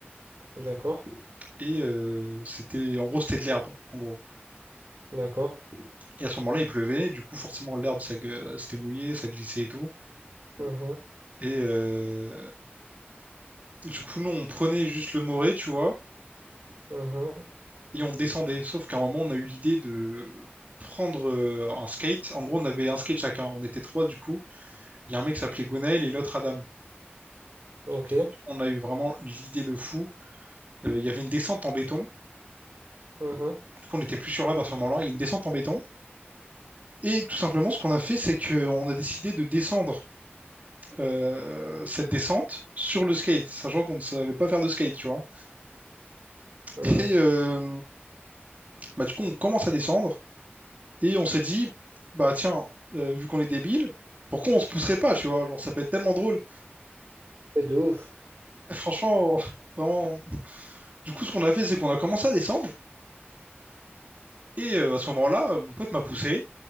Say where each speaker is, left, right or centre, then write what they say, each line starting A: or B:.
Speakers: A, on the right; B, on the right.
A: d'accord,
B: et euh, c'était, en gros, c'était de l'herbe, en gros.
A: d'accord,
B: Et à ce moment-là, il pleuvait, du coup, forcément, l'herbe, ça, gue- c'était mouillé, ça glissait et tout.
A: mhm,
B: Et euh, du coup, nous, on prenait juste le moré, tu vois,
A: mhm,
B: et on descendait. Sauf qu'à un moment, on a eu l'idée de prendre euh, un skate. En gros, on avait un skate chacun. On était trois, du coup. Il y a un mec qui s'appelait Gonel et l'autre Adam. Du
A: ok,
B: coup, on a eu vraiment l'idée de fou. Euh, Il y avait une descente en béton. Du
A: mhm,
B: coup, on n'était plus sur l'herbe à ce moment-là. Il y a une descente en béton. Et tout simplement, ce qu'on a fait, c'est qu'on a décidé de descendre euh, cette descente sur le skate, sachant qu'on ne savait pas faire de skate, tu vois.
A: mhm.
B: Et euh, bah, du coup, on commence à descendre et on s'est dit, bah tiens, euh, vu qu'on est débile, pourquoi on se pousserait pas, tu vois? Genre, ça peut être tellement drôle.
A: Ouais, De ouf.
B: <laughs> Franchement, <laughs> vraiment. Du coup, ce qu'on a fait, c'est qu'on a commencé à descendre et euh, à ce moment-là, euh, mon pote m'a poussé